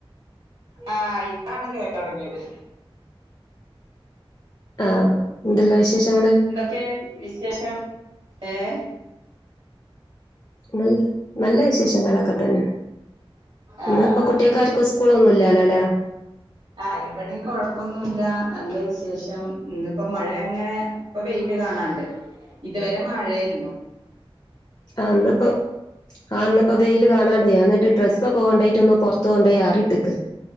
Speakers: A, on the right; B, on the left.
A: ആഹ് ഇപ്പാണ് കേട്ടൊടങ്ങിയത്
B: ആഹ് എന്തല്ല വിശേഷങ്ങള്
A: ക്കെ വിശേഷം ഏഹ്
B: നല്ല നല്ല വിശേഷങ്ങളൊക്കെ തന്നെ
A: ആഹ്
B: ഇന്നപ്പോ കുട്ടിയാക്കാർക്കും സ്കൂളൊന്നുല്ലാലോ ല്ലെ
A: ആ ഇവിടെയും കുഴപ്പൊന്നുമല്ല നല്ല വിശേഷം ഇന്നിപ്പോ മഴ അങ്ങനെ ഇപ്പ വെയില് കാണാണ്ട് ഇതുവരെ മഴായിരുന്നു
B: ആഹ് ഇന്ന്പ്പൊ ആ ഇന്ന്പ്പോ വെയിയില് കാണാണ്ടേ എന്നിട്ട് ഡ്രസ്സ ഒക്ക കൊണ്ടോയി ഒന്ന് പുറത്ത് കൊണ്ട് പോയി ആറിയിട്ട്ക്ക്